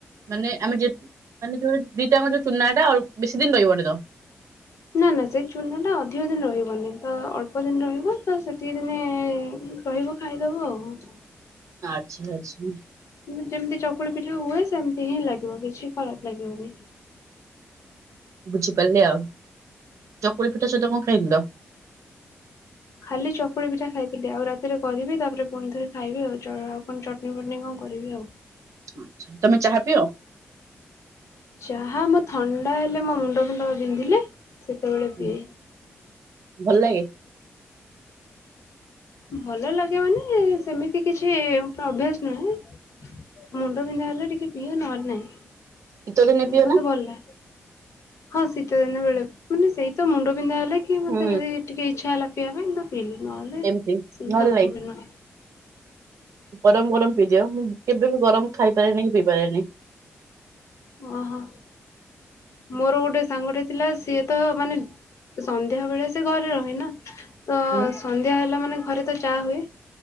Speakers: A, on the right; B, on the left.
A: ମାନେ ଆମେ ଯେ ମାନେ ଯୋଉରା ଦିଟା ଯାଙ୍କ ଯୋଉ ଚୁନାଟା ଅଳ୍ପ ବେଶୀ ଦିନ ରହିବନି ତ?
B: ନା ନା ସେଇ ଚୁନା ଟା ଅଧିକ ଦିନ ରହିବନି ତ ଅଳ୍ପ ଦିନ ରହିବ ତ ସେତିକି ଦିନି ଇ ଇ ରହିବ ଖାଇଦବ ଆଉ।
A: ଆଚ୍ଛା ଆଚ୍ଛା।
B: କିନ୍ତୁ ଯେମତି ଚକୁଳି ପିଠା ହୁଏ ସେମତି ହିଁ ଲାଗିବ କିଛି ଖରାପ ଲାଗିବନି।
A: ବୁଝିପାରଲି ଆଉ ଚକୁଳି ପିଠା ସହିତ କଣ ଖାଇଥିଲ?
B: ଖାଲି ଚକୁଳି ପିଠା ଖାଇଥିଲି ଆଉ ରାତିରେ କରିବି ତାପରେ ଫୁଣିଥରେ ଖାଇବି ଆଉ ଚ ଅ ଅ ଆଉ କଣ ଚଟଣି ଫଟନି କଣ କରିବି ଆଉ।
A: ଆଚ୍ଛା ତମେ ଚାହା ପିଅ?
B: ଚାହା ମୁଁ ଥଣ୍ଡା ହେଲେ ମୋ ମୁଣ୍ଡ ଫୁଣ୍ଡ ବିନ୍ଧିଲେ ସେତେବେଳେ
A: ହୁଁ,
B: ପିଏ।
A: ଭଲ ଲାଗେ?
B: ଭଲ ଲାଗେ ମାନେ ଏ ସେମିତି କିଛି ଅଭିୟାସ ନାହିଁ। ମୁଣ୍ଡ ବିନ୍ଧା ହେଲେ ଟିକେ ପିଅ ନହେଲେ ନାଇଁ।
A: ଶୀତ ଦିନେ ପିଅ
B: ମତେ
A: ନା?
B: ଭଲ ଲାଗେ ହଁ ଶୀତ ଦିନ ବେଳେ ମାନେ ସେଇତ ମୁଣ୍ଡ ବିନ୍ଧା ହେଲା କି କି ମତେ
A: ହୁଁ
B: ଯଦି ଟିକେ ଇଚ୍ଛା ହେଲା ପିଇବା ପାଇଁ ତ ପିଇଲି ନହେଲେ
A: ଏମିତି
B: ସବୁବେଳେ
A: ନହେଲେ ନାଇଁ
B: ନୁହେଁ।
A: ଗରମ ଗରମ ପିଇଦିଅ, ମୁଁ କେବେ ବି ଗରମ ଖାଇପାରେନି କି ପିଇପାରେନି।
B: ଓ ହୋ ମୋର ଗୋଟେ ସାଙ୍ଗଟେ ଥିଲା ସିଏ ତ ମାନେ ଏ ସନ୍ଧ୍ୟା ବେଳେ ସେ ଘରେ ରହେ ନା ତ
A: ହୁଁ
B: ସନ୍ଧ୍ୟା ହେଲା ମାନେ ଘରେ ତ ଚା ହୁଏ